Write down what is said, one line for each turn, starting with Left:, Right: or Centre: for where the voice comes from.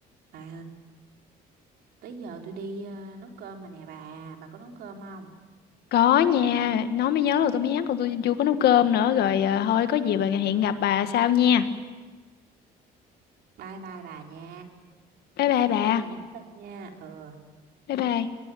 Right: bà tới giờ tôi đi ờ, nấu cơm mà nè bà bà có nấu cơm không
Left: Có nha, nói mới nhớ là tôi mới nhắc là tôi chưa có nấu cơm nữa rồi à, thôi có gì bà hiện gặp bà sau nha.
Right: bye bye bà nha
Left: Bye bye bà.
Right: có gì nhắn tin nha ừ
Left: Bye bye.